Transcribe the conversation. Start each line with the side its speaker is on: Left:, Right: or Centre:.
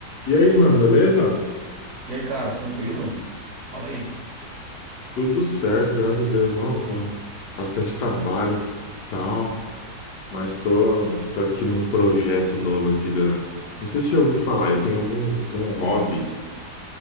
Left: E aí, mano, beleza?
Right: E aí, cara, tranquilo? Fala aí.
Left: Tudo certo, graças a Deus. Não, tá bastante trabalho, tal, mas tô, tô aqui num projeto novo aqui da. Não sei se já ouviu falar, eu tenho algum, tenho um hobby